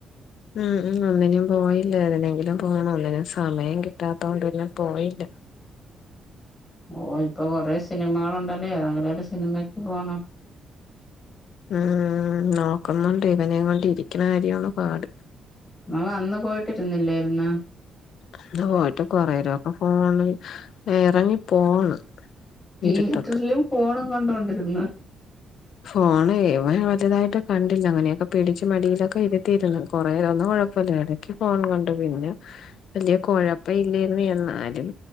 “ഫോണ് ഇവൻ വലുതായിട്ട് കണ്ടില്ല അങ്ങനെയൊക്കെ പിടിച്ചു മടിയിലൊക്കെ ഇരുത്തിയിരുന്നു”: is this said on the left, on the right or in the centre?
Left